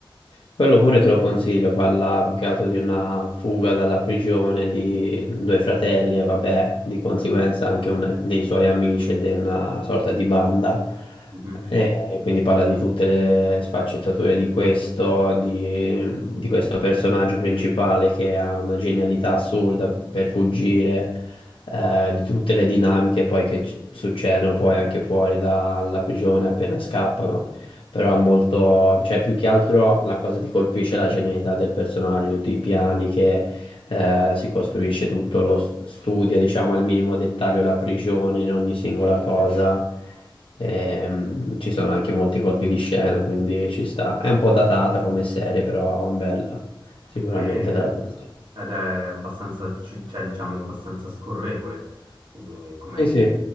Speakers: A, on the left; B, on the right.
A: Quello pure te lo consiglio, parla più che altro di una fuga dalla prigione di due fratelli e vabbè, di conseguenza anche un- dei suoi amici ed è una sorta di banda.
B: Mhm.
A: E quindi parla di tutte le sfaccettature di questo, di, di questo personaggio principale che ha una genialità assurda per fuggire, eh, di tutte le dinamiche poi che ci- succedono poi anche fuori dalla prigione appena scappano però è molto, cioè più che altro la cosa che ti colpisce è la genialità del personaggio, tutti i piani che eh, si costruisce tutto, lo s- studia, diciamo, al minimo dettaglio la prigione in ogni singola cosa. Ehm, ci sono anche molti colpi di scena, quindi ci sta. È un po' datata come serie, però bella, sicuramente
B: Eh,
A: te la consiglio.
B: ed è abbastanza, c- cioè diciamo abbastanza scorrevole, eh, come...
A: Sì, sì.